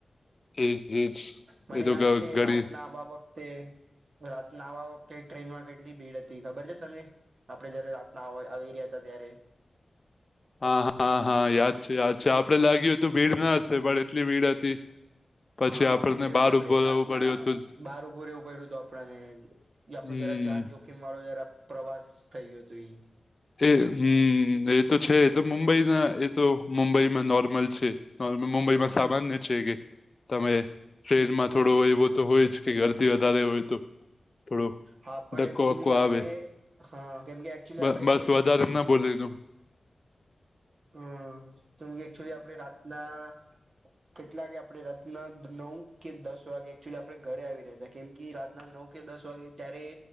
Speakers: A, on the left; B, on the right.
A: એજ એજ
B: મને
A: એ તો
B: યાદ
A: ગ
B: છે
A: ઘડી
B: રાતના આ બાબા તે રાતના આ વખતે ટ્રેન માં કેટલી ભીડ હતી ખબર છે તને? આપડે જયારે રાતના આવા આવી રહ્યા હતા ત્યારે.
A: હા હા હા યાદ છે યાદ છે આપડે લાગ્યું હતું ભીડ ના હશે પણ એટલી ભીડ હતી પછી
B: હા,
A: આપણને
B: કેમ
A: બહાર
B: કે આપડે
A: ઉભો રહેવું
B: રાતના
A: પડ્યું હતું
B: બાર ઉભું એવું પડ્યું હત આપડાને ઈ આપડો
A: હમ
B: જરા જાન જોખીમ વાળો જરા પ્રવાસ થઈ ગયો હતો ઈ.
A: તે હમ્મ એ તો છે તો મુંબઈના એ તો મુંબઈમાં નોર્મલ છે. અહ મુંબઈમાં સામાન્ય છે કે. તમે ટ્રેનમાં થોડો એવો તો હોય જ કે ગરદી વધારે હોય તો થોડો
B: હા, પણ
A: ધક્કો
B: એકચુલી
A: વક્કો
B: આપડે
A: આવે
B: હા કેમકે એકચુલી
A: બ
B: આપડે
A: બસ વધારે ના બોલ્યું તું.
B: હમ્મ તમ એક્ચુલી આપડે રાતના કેટલા કે આપડે રાતના નવ કે દસ વાગે એકચુલી આપડે ઘરે આવી રયતા. કેમ કે રાતના નવ કે દસ વાગે ત્યારે